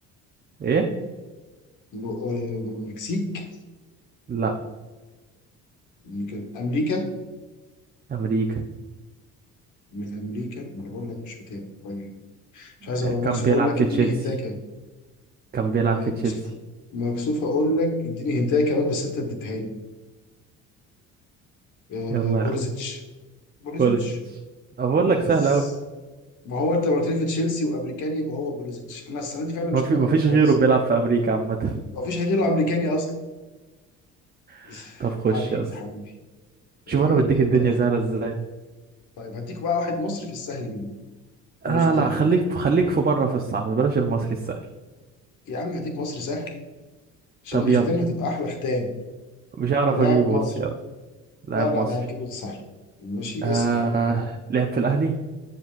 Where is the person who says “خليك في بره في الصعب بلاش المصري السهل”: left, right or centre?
Right